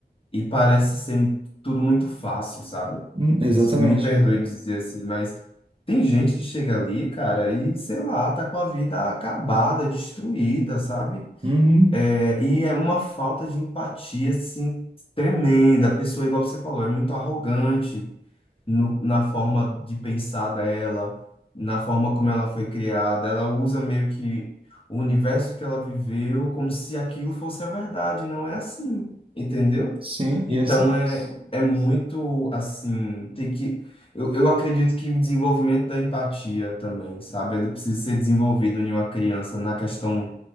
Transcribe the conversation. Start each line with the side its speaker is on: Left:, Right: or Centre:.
Left: e parece ser tudo muito fácil, sabe?
Right: hum, exatamente.
Left: Des- Me perdoe dizer assim, mas tem gente que chega ali, cara, e sei lá, tá com a vida acabada, destruída, sabe?
Right: Uhum.
Left: É, e é uma falta de empatia, assim, tremenda. A pessoa, igual você falou, é muito arrogante no- na forma de pensar dela, na forma como ela foi criada. Ela usa meio que o universo que ela viveu como se aquilo fosse a verdade. Não é assim, entendeu?
Right: Sim, e
Left: Então,
Right: é assim.
Left: é, é muito, assim, tem que... Eu, eu acredito que o desenvolvimento da empatia também, sabe? Ele precisa ser desenvolvido em uma criança na questão